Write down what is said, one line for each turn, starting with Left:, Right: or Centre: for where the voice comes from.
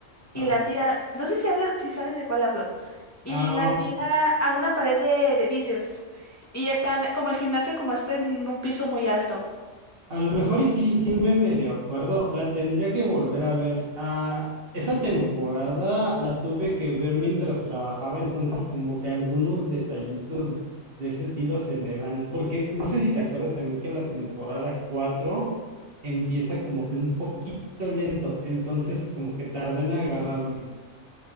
Left: y
Right: ajá.
Left: la tira, no sé si hablas, si sabes de cuál hablo, y
Right: Am,
Left: la tira a una pared de, de vidrios. Y están, como el gimnasio, como está en un piso muy alto.
Right: A lo mejor y sí, sí me medio acuerdo, la tendría que volver a ver. Ah, esa temporada la tuve que ver mientras trabajaba, entonces como que algunos detallitos de ese estilo se me van, porque no sé si te acuerdas también que la temporada 4 empieza como que un poquito lento, entonces como que tarda en agarrarme.